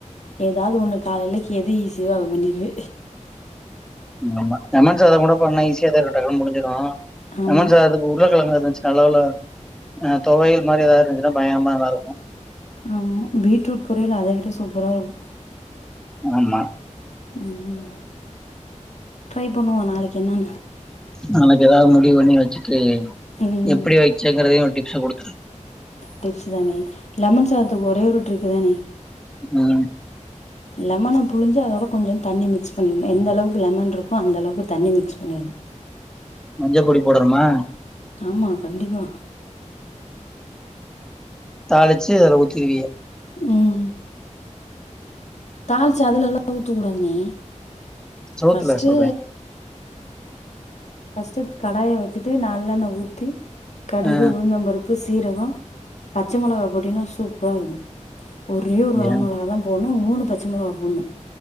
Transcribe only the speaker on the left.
ஏ தாவது ஒண்ணு காலலைக்கு எது ஈஸி பிடிவாதொ பண்ணிரு
ஆமா
ஆமா பீட்ரூட் பொரியல் அத விட சூப்பரா இருக்கு
உம் ட்ரை பண்ணுவோ நாளைக்கு என்னன்னு
ம்
டிப்ஸ் தானே லெமன் சாதக்கு ஒரே ஒரு டிரிக்கு தானே
லெமன புழிஞ்சு அதோட கொஞ்சொன்னு தண்ணி மிக்ஸ் பண்ணிட்ணு எந்த அளவுக்கு லெமன் இருக்கோ அந்த அளவுக்கு தண்ணி மிக்ஸ் பண்ணிடணு
ஆமா கண்டிப்பா
உம் தாளிச்சி அதுல எல்லா ஊத்தக் கூடாதுனே
ஃபஸ்ட்டு
ஃபர்ஸ்டு கடாய வச்சிட்டு நல்லெண்ணெ ஊத்தி கடுகு
உளுந்தம்பருப் உப்பு சீரகம் பச்ச மொளகா போட்டீங்கன்னா சூப்பரா இருக்கோ ஒரே ஒரு
வர மொளகா தான் போட்ணோ ம் மூணு பச்ச மொளகா போட்ணோ